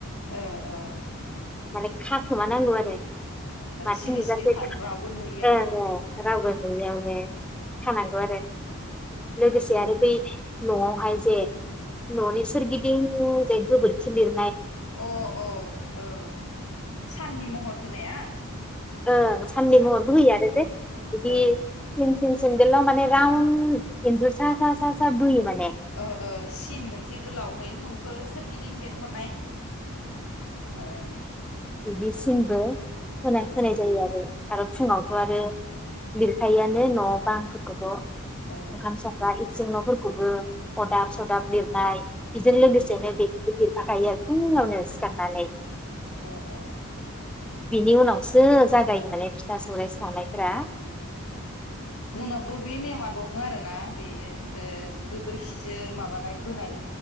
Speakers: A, on the left; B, in the centre.
A: औ औ
B: मा खाखोमा नांगौ आरो मानसि
A: सिरि
B: नुजासेै
A: सिरि खान रावबो नुयियावनो
B: ओ रावबो नुयियावनो खानांगौ आरो लोगोसे आरो बै नवावहाय जे न'नि
A: उम
B: सोरगिदिं बे गोबोरखि लिर
A: अ अ औ साननि महर होनाया
B: ओं सानि
A: साननि
B: महरबो
A: महर
B: होयो आरो
A: होनाय
B: जे बिदि
A: ओ
B: फिन सेनदेलाव माने रावन इन्जुर सा सा बोयो माने
A: ओ ओ सिन मोनसे गोलाव हाय न'खौ सोरगिदिं बेंखननाय ओं
B: बिदिसिनबो होना होनाय जायो आरो आरो फुङावथ'
A: उम
B: आरो लिरखायोआनो न'बा फोरखौथ'
A: ओ
B: ओंखाम संग्रा इ जों न'फोरखौबो अरदाब सदाब लिरनाय बेजों लोगोसेनो
A: उम
B: बेखौबो लि हाखायो फुङावनो सिखारनानै
A: ओ ओ
B: बिनि उनावसो जागायो माने फिथा सौराइ सावनायफोरा
A: उम जोंनावबो बे नेमा दङ आरो ना बे बेयो ओ गोबोरखिजों माबा माबानाय बोनाय